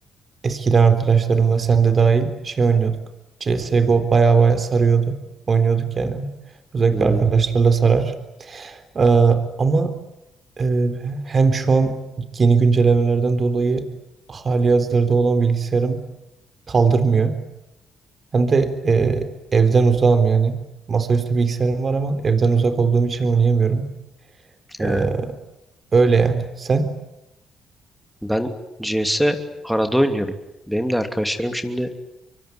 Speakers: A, on the right; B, in the centre.
A: eskiden arkadaşlarımla sen de dahil şey oynuyorduk. CSGO baya baya sarıyordu. Oynuyorduk yani. Özellikle
B: Hmm,
A: arkadaşlarla sarar. Eee, ama eee, hem şu an yeni güncellemelerden dolayı hali hazırda olan bilgisayarım kaldırmıyor. Hem de e, evden uzağım yani. Masaüstü bilgisayarım var ama evden uzak olduğum için oynayamıyorum.
B: he.
A: E, öyle yani. Sen?
B: Ben CS arada oynuyorum. Benim de arkadaşlarım şimdi